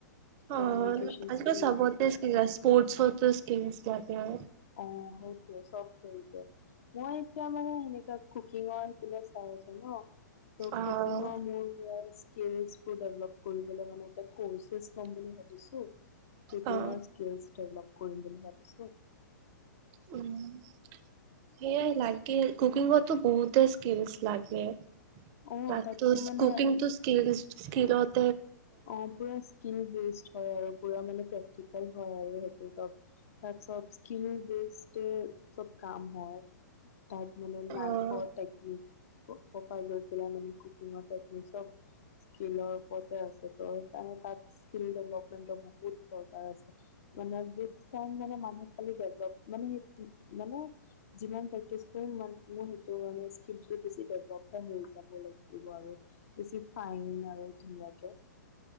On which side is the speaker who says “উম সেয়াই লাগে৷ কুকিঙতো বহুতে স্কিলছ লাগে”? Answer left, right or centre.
Right